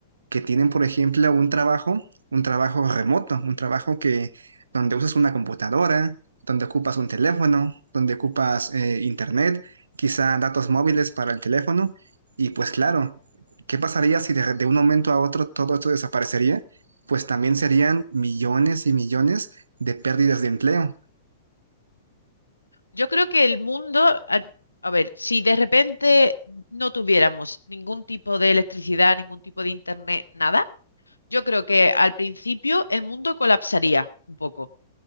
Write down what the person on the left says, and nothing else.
Yo creo que el mundo, a, a ver, si de repente no tuviéramos ningún tipo de electricidad, ningún tipo de internet, nada, yo creo que al principio el mundo colapsaría un poco.